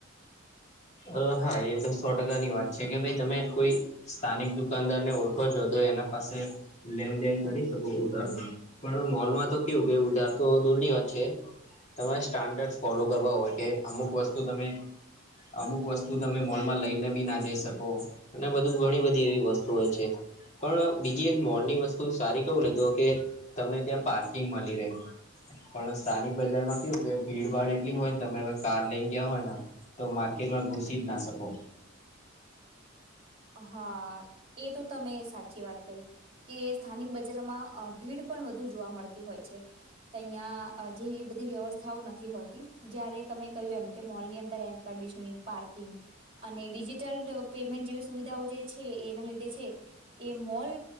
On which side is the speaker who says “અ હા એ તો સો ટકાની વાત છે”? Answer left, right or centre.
Left